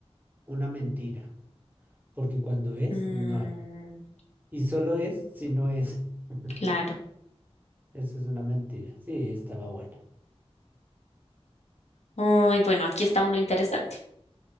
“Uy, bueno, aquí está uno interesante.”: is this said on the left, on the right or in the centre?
Left